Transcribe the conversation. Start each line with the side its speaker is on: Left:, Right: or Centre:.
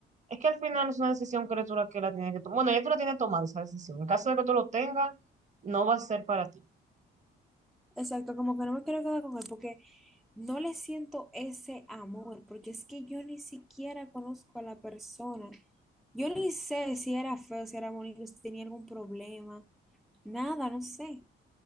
Right: es que al final es una decisión que tú la que la tienes que tomar. Bueno, ya tú la tienes tomada esa decisión. En caso de que tú lo tengas, no va a ser para ti.
Centre: Exacto, como que no me quiero quedar con él porque no le siento ese amor, porque es que yo ni siquiera conozco a la persona. Yo ni sé si era feo, si era bonito, si tenía algún problema, nada, no sé.